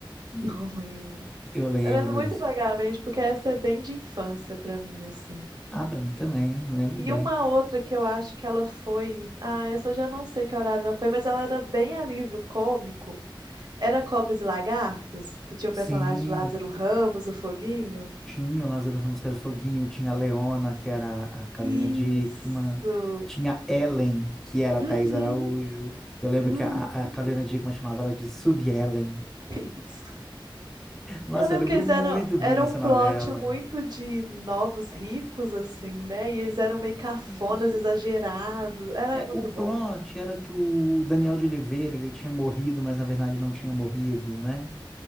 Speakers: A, on the right (about 55°); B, in the centre.
A: Não lembro.
B: Eu lembro.
A: Eu lembro muito vagamente, porque essa é bem de infância pra mim, assim.
B: Ah, pra mim também, lembro
A: E
B: bem.
A: uma outra que eu acho que ela foi. Ah, essa eu já não sei que horário ela foi, mas ela era bem alívio cômico. Era Cobras e Lagartos, que tinha o
B: Sim.
A: personagem de Lázaro Ramos, o Foguinho.
B: Tinha o Lázaro Ramos, que era o Foguinho, tinha a Leona, que era a Carolina
A: Isso!
B: Dickman, tinha a Ellen, que era a
A: Uhum,
B: Thaís Araújo. Eu lembro
A: uhum.
B: que a, a a Carolina Dickman chamava ela de Sub-Ellen.
A: <laughs> Isso.
B: Nossa,
A: Eu lembro
B: eu lembro
A: que eles
B: muito
A: eram,
B: bem
A: era
B: dessa
A: um plot
B: novela.
A: muito de novos ricos, assim, né? E eles eram meio cafonas,
B: Isso.
A: exagerados. Era
B: É,
A: muito
B: o plot
A: bom.
B: era que o Daniel de Oliveira, ele tinha morrido, mas na verdade não tinha morrido, né?